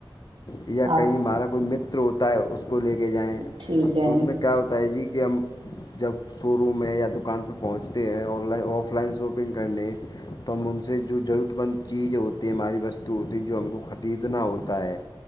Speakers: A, on the left; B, on the right.
A: یا کہیں
B: آپ
A: ہمارا کوئی متر ہوتا ہے اس کو لے کے جائیں
B: ٹھیک ہے
A: تو اس میں کیا ہوتا ہے جی کہ ہم جب شو روم میں یا دکان پہ پہنچ ہیں online offline shopping کرنے تو ہم ان سے جو ضرورت مند چیزیں ہوتی ہے ہماری بس تو ہوتی ہے جو ہم کو خریدنا ہوتا ہے